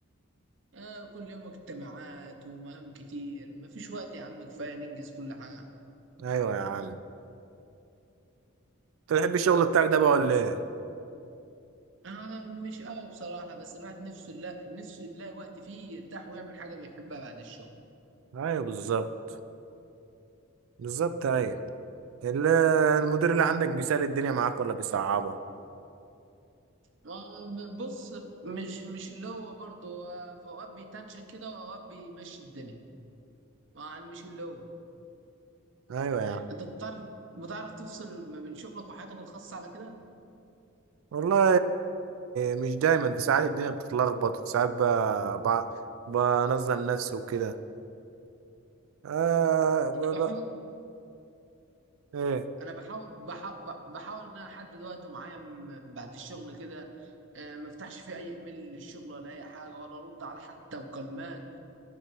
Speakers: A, on the right; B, on the right.
A: آه كل يوم اجتماعات ومهام كتير مفيش وقت يا عم كفايه ننجز كل حاجه
B: ايوه يا عم انت بتحب الشغل بتاعك ده بقى ولا ايه
A: آه مش قوي بصراحه بس الواحد نفسه لا نفسه يلاقي وقت فيه يرتاح ويعمل حاجه بيحبها بعد الشغل
B: ايوه بالظبط بالظبط ايوه ال- المدير اللي عندك بيسهل الدنيا معاك ولا بيصعبها
A: آه بص مش مش اللي هو برضه آه، في اوقات بيتنشن كده واوقات بيمشي الدنيا آه، يعني مش اللي هو
B: ايوه يا عم
A: انت بتعرف بتعرف تفصل ما بين شغلك وحياتك الخاصه على كده
B: والله مش دايما في ساعات الدنيا بتتلخبط في ساعات ب... ب... بنظم نفسي وكده آه ب...
A: بحاول
B: ب... ايه
A: انا بحاول بحاول بحاول ان انا احدد وقت معين بعد الشغل كده آه، ما افتحش فيه اي ايميل للشغل ولا اي حاجه ولا ارد على حتى مكالمات